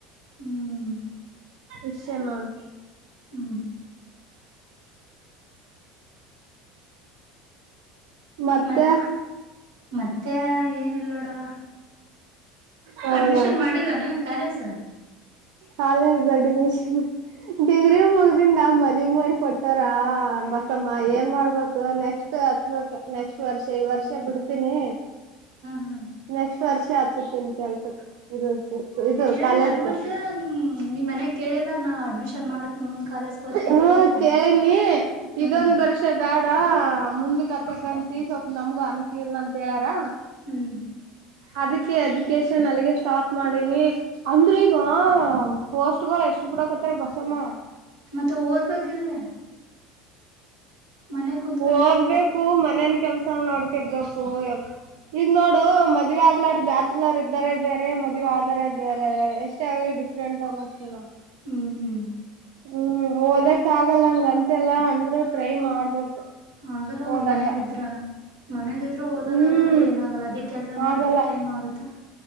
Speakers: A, on the right; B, on the right.
A: ಹ್ಮ್
B: ಇಷ್ಟೇ ನೋದು
A: ಹ್ಮ್
B: ಮತ್ತೆ
A: ಮತ್ ಮತ್ತೆ ಏನಲ್ ನೋಡವ
B: ಹೌದಾ
A: ಅಡ್ಮಿಷನ್ ಮಾಡಿಲ್ಲಾನ ಕಾಲೇಜ
B: ಕಾಲೇ್ದ ಅಡ್ಮಿಷನ್ ಡಿಗ್ರಿ ಮುಗ್ದನ್ ನ ಮನಿ ಮಾಡಿ ಕೊಟ್ಟಾರ ಬಸಮ್ಮ ಏನ್ ಮಾಡ್ಬೇಕು ನೆಕ್ಸ್ಟ್ ಹಚ್ಬೇಕ ನೆಕ್ಸ್ಟ್ ವರ್ಷ ಈ ವರ್ಷ ಬಿಡ್ತೀನಿ
A: ಹಾ
B: ನೆಕ್ಸ್ಟ್ ವರ್ಷ ಆತಿರ್ತೇನ್ ಕೆಲ್ಸಕ್ ಇದು ಸ ಇದು
A: ಹೇಳಿಲ್ಲಾನ
B: ಕಾಲದಕ
A: ಮತ್ತೆ ನಿಮ್ ನಿಮ್ ಮನ್ಯಾಗ ಕೇಳಿಲ್ಲ ನಾ ಅಡ್ಮಿಷನ್ ಮಾಡತ್ ಮುಂದ್ ಕಾಲೇಜ್ಗೆ ಹೋತನಿ ಅಂತ
B: ಹ್ಮ
A: ಹೇಳಿಲ್ಲಾನ
B: ಕೇಳಿನಿ
A: ಹ್ಮ್
B: ಇದೊಂದ್ ವರ್ಷ ಬ್ಯಾಡ ಹ ಮುಂದ ಕತ್ತಕಂತ ಸ್ವಪ್ ನಮ್ಗೂ ಅನಕ್ಲಿಲ್ಲ ಅಂತ ಹೇಳಾರ
A: ಹ್ಮ್
B: ಅದಕ್ಕೆ ಎಜುಕೇಶನ್ ಅಲ್ಲಿಗೆ ಸ್ಟಾಪ್ ಮಾಡೀಿನಿ ಅಂದ್ರೂ ಈಗ ಪೋಸ್ಟ್ ಗಳು ಎಷ್ಟು ಬಿಡಕ ಹತ್ರ ಬಸಮ್ಮ
A: ಮತ್ತೆ ಓದ್ಬೇಕಿಲ್ಲ ಮನೆ ಕುತ್ಕೊಂಡಾರ
B: ಓದ್ಬೇಕು
A: ಓದ್ಬೇಕ
B: ಮನೇನ್ ಕೆಲ್ಸ ನೋಡ್ಕಬೇಕು ಎ ಈಗ ನೋಡು ಮದ್ವೆ ಆಗ್ಲಾರ ಬ್ಯಾಚಲರ್ ಇದ್ದಾರೆ ಬೇರೆ ಮದ್ವೆ ಆದರೆ ಬೇರೆ ಎಷ್ಟೇ ಆಗ್ಲಿ ಡಿಫ್ರಂ ಟೈ್ಸ್ತದೆ
A: ಹ್ಮ್ ಹ್ಮ್
B: ಹ್ಮ್ ಓದಕ್ ಆಗಲ್ಲ ಹಂಗ ಅಂತೆಲ್ಲಾ ಅಂದ್ರರು ಟ್ರೈ ಮಾಡ್ಬೇಕು
A: ಹಾಗಲೂ
B: ಓದಕ್ಕ
A: ಮನ್ಯಾಗಿದ್ರ ಮನಗಿದ್ರು ಓದೋದಗಲ್ಲ
B: ಹ್ಮ್
A: ಏನಾಗಲ್ಲ ಅದೇ ಕೆಲ್ಸ ಮಾಡಕ
B: ಆಗಲ್ಲ
A: ಟೈಮ್ ಆಗತ್ತಾ